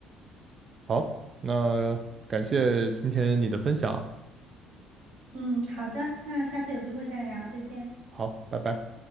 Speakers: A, on the right; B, on the right.
A: 好，那感谢今天你的分享，
B: 嗯，好的，那下次有机会再聊，再见。
A: 好，拜拜。